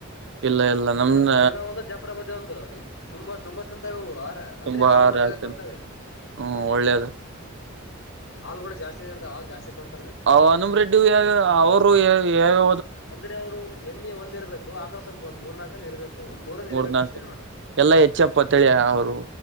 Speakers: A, on the right; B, on the left.
A: ಇಲ್ಲ ಇಲ್ಲ
B: ಮುರ್ರ
A: ನಮ್ದ
B: ಮುರ್ರ ಒಂದು ಜಪ್ರ ಬದಿ ಒಂದು ತುಂಬಾ ತುಂಬಾ ತಿಂತವ ಅವು ಅಂದ್ರೆ
A: ತುಂಬಾ
B: ಹಾಲು
A: ಆರ
B: ಕೂಡ ಅವೇ
A: ಆಗ್ತಂತೆ
B: ಕೊಡ್ತವೆ.
A: ಹ್ಮ್ ಒಳ್ಳೇದು
B: ಹಾಲ ಕೂಡ ಜಾಸ್ತಿನ ಆಗಿರತವೇ ಹಾಲ್ ಜಾಸ್ತಿ ಕೊಡ್ತ
A: ಅವ ಅನುಮ ರೆಡ್ಡಿ ಯಾವ್ಯಾವ್ ಅವ್ರ್ ಯಾವ್ಯಾವ್
B: ಅಂದ್ರೆ ಅವ್ರು ಎಮ್ಮಿ ಒಂದ್ ಇರ್ಬೇಕು ಆಕಳ ಸ್ವಲ್ಪ ಒಂದ್ ಮೂರ್ ನಾಲ್ಕನ್ ಇರ್ಬೇಕು ಒಂದ್ ಮೂರನ್
A: ಮೂರ್ನಾಲ್ಕು
B: ಇರ್ಬೇಕು ಅಷ್ಟೇ ನೋಡು
A: ಎಲ್ಲಾ ಎಚ್ ಎಫ್ ತಿ ಅವರು